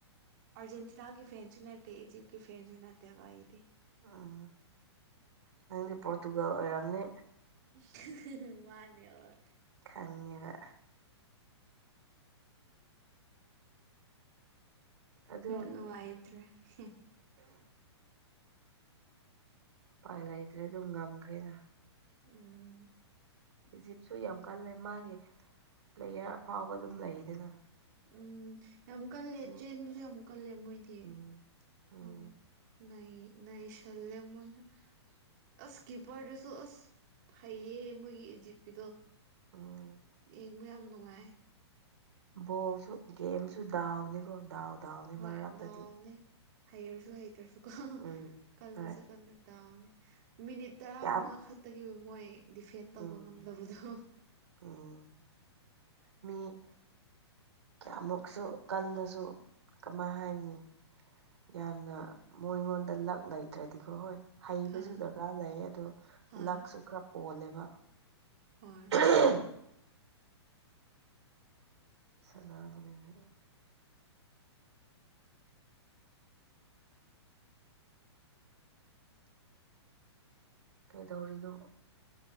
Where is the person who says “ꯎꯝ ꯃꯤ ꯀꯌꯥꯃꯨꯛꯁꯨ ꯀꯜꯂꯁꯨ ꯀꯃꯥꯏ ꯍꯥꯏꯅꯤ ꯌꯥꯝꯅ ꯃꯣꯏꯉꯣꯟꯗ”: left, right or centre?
Right